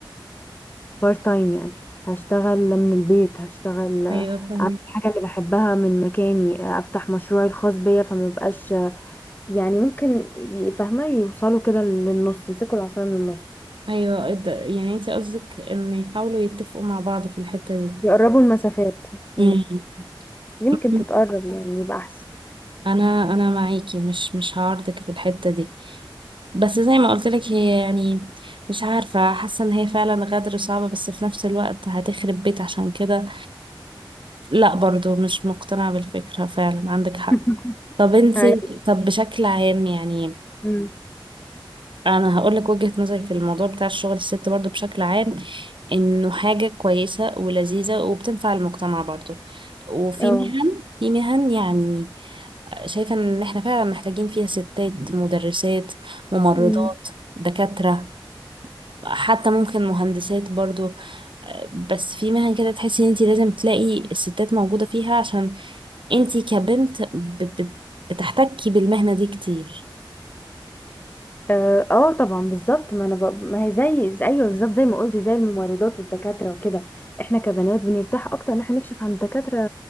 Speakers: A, on the left; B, on the right.
A: بارت تايم يعني هشتغل من البيت هشتغل آه،
B: ايوه فهمت
A: اعمل الحاجة اللي بحبها من مكاني آه، افتح مشروعي الخاص بيا فما بقاش يعني ممكن ي- فاهمة يوصلوا كده للنص يمسكوا العصاية من النص
B: ايوه ده- يعني انت قصدك ان يحاولوا يتفقوا مع بعض في الحتة دي
A: يقربوا المسافات مم.
B: مم. <laughs>
A: يمكن تتقرب يعني يبقى احسن
B: انا انا معاكي مش مش هعارضك في الحتة دي بس زي ما قلت لك هي يعني مش عارفة حاسة ان هي فعلا غدر صعبة بس في نفس الوقت هتخرب بيت عشان كده لا برضو مش مقتنعة بالفكرة فعلا عندك حق
A: <laughs>
B: طب انت
A: أيوة.
B: طب بشكل عام يعني
A: مم.
B: انا هقول لك وجهة نظري في الموضوع بتاع الشغل الست برضو بشكل عام انه حاجة كويسة ولذيذة وبتنفع المجتمع برضو وفي
A: اه
B: مهن في مهن يعني شايفة ان احنا فعلا محتاجين فيها ستات مدرسات ممرضات
A: مم.
B: دكاترة حتى ممكن مهندسات برضو بس في مهن كده تحسي ان انت لازم تلاقي الستات موجودة فيها عشان انت كبنت ب- ب- بتحتكي بالمهنة دي كتير
A: اه آه طبعا بالظبط ما انا ب... ما هي زي زي- ايوه بالظبط زي ما قلتي زي الممرضات والدكاتره وكده احنا كبنات بنرتاح اكتر ان احنا نكشف عن الدكاتره